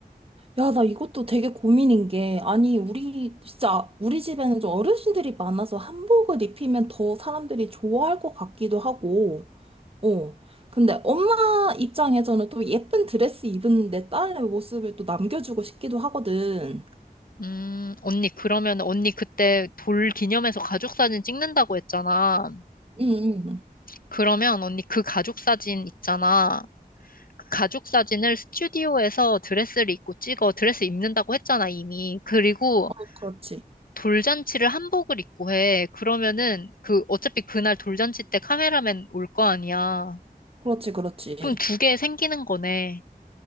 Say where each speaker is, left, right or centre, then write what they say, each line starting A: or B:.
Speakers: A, on the right; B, on the left.
A: 야, 나 이것도 되게 고민인 게, 아니, 우리, 진짜, 우리 집에는 좀 어르신들이 많아서 한복을 입히면 더 사람들이 좋아할 것 같기도 하고, 어. 근데 엄마 입장에서는 또 예쁜 드레스 입은 내 딸의 모습을 또 남겨주고 싶기도 하거든.
B: 음, 언니, 그러면 언니 그때 돌 기념해서 가족 사진 찍는다고 했잖아.
A: 응, 응.
B: 그러면 언니 그 가족 사진 있잖아. 그 가족 사진을 스튜디오에서 드레스를 입고 찍어. 드레스 입는다고 했잖아, 이미. 그리고
A: 어, 그렇지.
B: 돌잔치를 한복을 입고 해. 그러면은 그 어차피 그날 돌잔치 때 카메라맨 올 거 아니야.
A: 그렇지, 그렇지.
B: 그럼 두 개 생기는 거네.